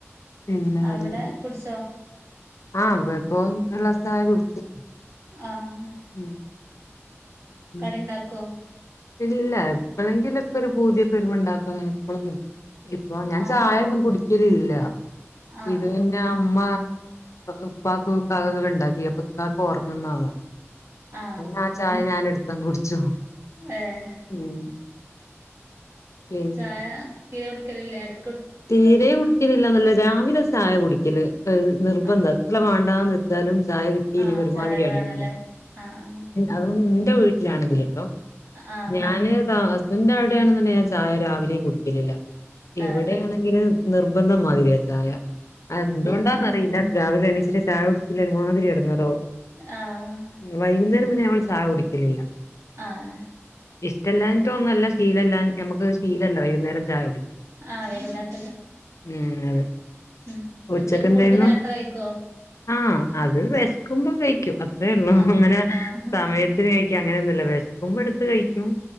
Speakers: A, on the left (about 80°); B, on the right (about 80°).
A: പിന്നെ
B: ആഹ്
A: വേറെന്തൊക്കെ
B: അവിടെ കുടിച്ചോ
A: ആഹ് ഇവിടെപ്പം <unintelligible> കുടിച്ച്
B: ആഹ്
A: ഉം <unintelligible>
B: ഇണ്ടാക്കോ
A: ഇല്ല എപ്പളെങ്കിലൊക്കൊരു പൂതിയക്കരുമ്പ ഇണ്ടാക്കു <unintelligible> എപ്പളൊന്നുല്ല പ്പൊ ഞാൻ
B: ആ
A: ചായൊന്നും
B: ആ
A: കുടിക്കലില്ല
B: ആ
A: ഇത് പിന്ന അമ്മ ഉപ്പക്കുക്ക <unintelligible> ഇണ്ടാക്കിയപ്പ്ക്ക ഉറങ്ങുന്നതാണ് <unintelligible>
B: ആ
A: ഇന്നാ ചായ ഞാനെടുത്തങ് കുടിച്ചു
B: എഹ്
A: ഉം പിന്നെ
B: ചായ തീരെ കുടിക്കലില്ലേ അട്
A: തീരേ കുടിക്കലില്ലന്നല്ല രാവിലെ ചായ കുടിക്കല് നിർബന്ത
B: ആ
A: ല്ല വേണ്ടാന്ന് വെച്ചാലും ചായ കിട്ടില്ലെങ്കില്
B: ആ
A: ഒരുമാതിരി
B: ചായ
A: എടങ്ങേറ്
B: വേണല്ലേ ആ ആ
A: അതും ഇന്റ വീട്ടിലാണെങ്കില്ട്ടോ
B: ആ
A: ഞാന് ഹസ്ബന്റ് ന്റെ അവിടെയാണ്ന്ന്ണ്ടെങ്കി ഞാൻ ചായ രാവിലെയും കുടിക്കലില്ല
B: ആ
A: ഇവിടെയാണ് ങ്കില് നിർബന്ധം മാരിയ ചായ എന്തുകൊണ്ടാന്നറിയില്ലാ രാവിലെ എണീച്ചിട്ട് ചായ കുടിച്ചില്ലെങ്കി ഒരുമാതിരി എടങ്ങേറാവും
B: ആഹ്
A: വൈകുന്നേരം പിന്നെ നമ്മള് ചായ കുടിക്കലില്ല
B: ആഹ്
A: ഇഷ്ടല്ലാഞ്ഞിട്ടോന്നവല്ല ശീലല്ല ഞമ്മക്ക് ശീലല്ല വൈകുന്നേരം ചായ കുടിക്കല്
B: ആഹ് വൈകുന്നേര
A: ഉം അതെ
B: ഉം
A: ഉച്ചക്കെന്തായിരുന്നു
B: ഉച്ചക്ക് ഫുഡ് നേരത്തെ കയിക്കോ
A: ആഹ് അത് വേശ്ക്കുമ്പോ കയിക്കും അത്രേ ഉള്ളൂ
B: ആഹ്
A: അങ്ങനെ
B: ആഹ്
A: സമയത്തിന് കയി ക്ക അങ്ങനെയൊന്നുല്ല വെശ്ക്കുമ്പോ എടുത്ത് കയിക്കും